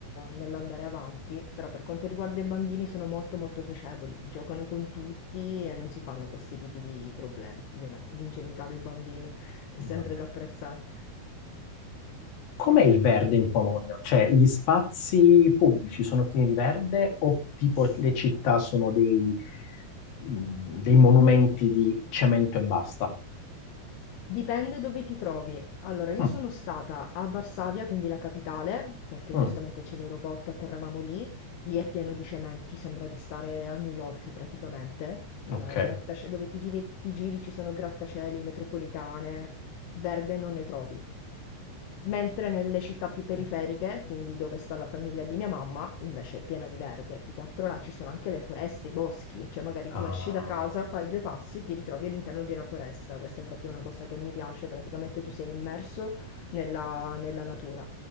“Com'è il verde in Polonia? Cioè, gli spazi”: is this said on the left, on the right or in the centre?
Left